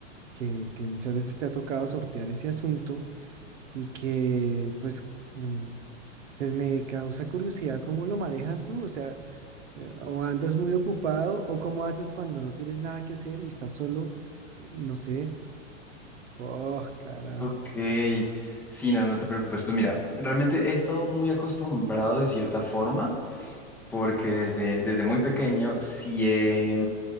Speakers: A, on the right; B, in the centre.
A: que, que muchas veces te ha tocado sortear ese asunto y que pues, mm, pues me causa curiosidad cómo lo manejas tú, o sea... Eh, O andas muy ocupado, o cómo haces cuando no tienes nada que hacer y estás solo, no sé. Oh, caramba.
B: Ok. Sí, no, no te preocupes. Pues mira, realmente he estado muy acostumbrado de cierta forma, porque desde, desde muy pequeño sí he,